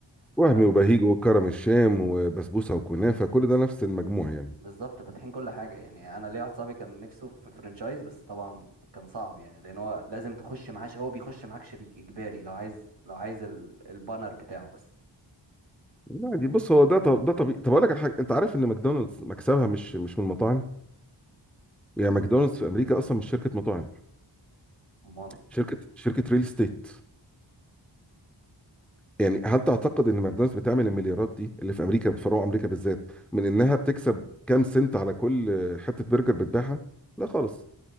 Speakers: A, on the right; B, in the centre.
A: ف-
B: وهمي وبهيج وكرم الشام وبسبوسه وكنافه كل ده نفس المجموع يعني
A: بالظبط فاتحين كل حاجة يعني أنا ليا واحد صاحبي كان نفسه في فرنشايز بس طبعا كان صعب يعني لأن هو لازم تخش معاه ش- هو بيخش معاك شريك إجباري لو عايز لو عايز ال- البانر بتاعه بس
B: لا دي بص هو ده طب ده طبيعي طب اقول لك على حاجه انت عارف ان ماكدونالدز مكسبها مش مش من المطاعم يعني ماكدونالدز في امريكا اصلا مش شركه مطاعم
A: أمال
B: شركه شركه ريل استيت يعني هل تعتقد ان ماكدونالدز بتعمل المليارات دي اللي في امريكا في فروع امريكا بالذات من انها بتكسب كام سنت على كل حته برجر بتبيعها؟ لا خالص